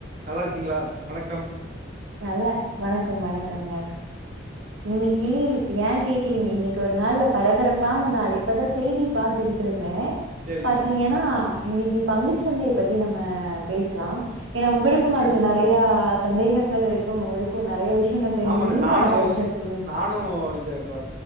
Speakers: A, on the right; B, on the right.
A: நல்லா இருக்கீங்களா வணக்கம்
B: நல்ல வணக்கம் வணக்கங்க இன்னைக்கி இப்ப ஏன் கேக்குறீங்க இன்னைக்கி ஒரு நாள்ல பரபரப்பான நாள் இப்பதா செய்தி பாத்துக்கிட்டு இருந்தே
A: சேரிங்க
B: பாத்தீங்கன்னா இன்னைக்கி பங்குச் சந்தைய பத்தி நம்ம பேசலாம் ஏன்னா உங்களுக்கும் அதுல
A: கண்டிப்பாங்க
B: நெறையா சந்தேகங்கள் இருக் க்கும் உங்களுக்கும் நெறைய விஷ் நீங்கள் தெரி்ஞ்சுக்
A: ஆமாங்க
B: நீங்களு
A: நானு
B: நெறைய விஷயோ
A: செ
B: சொ
A: நானு இந்த இப்ப